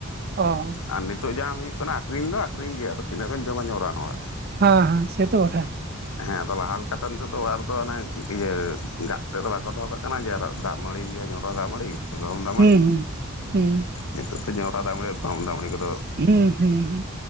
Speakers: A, on the right; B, on the left.
A: ᱚ
B: ᱟᱨ ᱱᱤᱛᱚᱜ ᱡᱟᱦᱟᱸ ᱦᱩᱭᱩᱜ ᱠᱟᱱᱟ ᱟᱠᱷᱨᱤᱧ ᱫᱚ ᱟᱠᱷᱨᱤᱧ ᱜᱮ ᱟᱫᱚ ᱛᱤᱱᱟᱹᱜ ᱵᱤᱱ ᱡᱚᱢᱟ ᱚᱲᱟᱜ ᱨᱮ᱾
A: ᱦᱮᱸ ᱦᱮᱸ ᱥᱮ ᱛᱚ ᱵᱚᱴᱷᱮ
B: ᱦᱮᱸ ᱟᱫᱚ ᱞᱟᱦᱟ ᱞᱮᱠᱟ ᱛᱚ ᱱᱤᱛᱚᱜ ᱫᱚ ᱚᱲᱟᱜ ᱨᱮ ᱫᱚ ᱟᱱᱮ ᱤᱭᱟᱹ ᱜᱟᱜ ᱠᱟᱛᱮ ᱫᱚ ᱵᱟ ᱠᱚ ᱫᱚᱦᱚ ᱠᱟᱜ᱾ <unintelligible> <unintelligible> ᱫᱟᱜ ᱢᱟᱹᱲᱤ ᱦᱩᱭᱩᱜᱼᱟ ᱡᱚᱱᱰᱨᱟ ᱫᱟᱜ ᱢᱟᱹᱲᱤ ᱥᱮ ᱜᱩᱦᱩᱢ ᱫᱟᱜ ᱢᱟᱹᱲᱤ
A: ᱦᱩᱸ ᱦᱩᱸ
B: ᱱᱤᱛᱚᱜ ᱫᱚ ᱡᱚᱸᱱᱰᱨᱟ ᱫᱟᱜ ᱢᱟᱹᱲᱤ ᱜᱚᱢ ᱫᱟᱜ ᱢᱟᱹᱲᱤ ᱠᱚ ᱫᱚ᱾
A: ᱦᱩᱸ ᱦᱩᱸ ᱦᱩᱸ